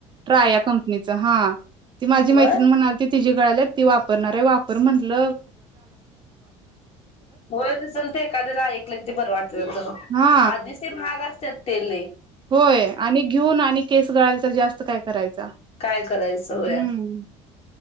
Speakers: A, on the right (about 35°); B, on the left (about 45°).
A: ट्राया कंपनीच हा ती माझी मैत्रिणी
B: होय
A: म्हणालती ति जे गळाल्यात ती वापरणार वापर म्हटल
B: मो चलत एखाद्याला एकल ते बर वाटत
A: हा
B: आधीच ते महाग असत्यात तेल लई
A: होय आणि घेऊन आणि केस गळाल तर जास्त काय करायचा
B: काय करायचं होय
A: हम्म